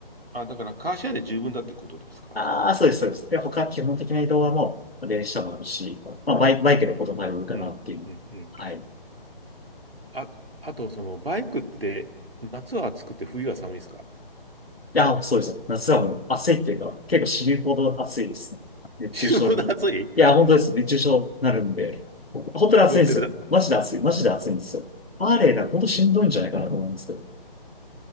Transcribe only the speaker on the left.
ああ、そうです、そうです。で、他基本的な移動はもう、電車もあるし、まあ、バイ、バイクでほとんど歩るかなっていう。
はい。い
や、そうです。夏はもう暑いっていうか、結構死ぬほど暑いですね。熱中症に。
いや、
本当です。熱中症になるんで、本当に暑いんですよ。
マジで暑い。マジで暑いんですよ。アーレーなんか本当しんどいんじゃないかなと思うんですけど。